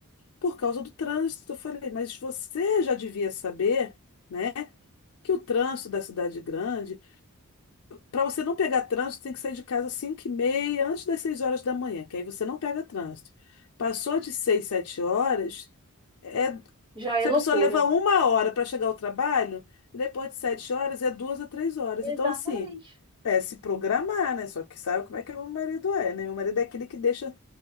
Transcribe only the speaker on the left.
por causa do trânsito. Eu falei, mas você já devia saber, né, que o trânsito da cidade é grande Para você não pegar trânsito, tem que sair de casa às 5h30, antes das 6 horas da manhã, que aí você não pega trânsito. Passou de 6 7 horas, é...
se
a pessoa leva uma hora para chegar ao trabalho, depois de 7 horas é duas a três horas.
Então, assim, é se programar, né? Só que sabe como é que meu marido é, né? Meu marido é aquele que deixa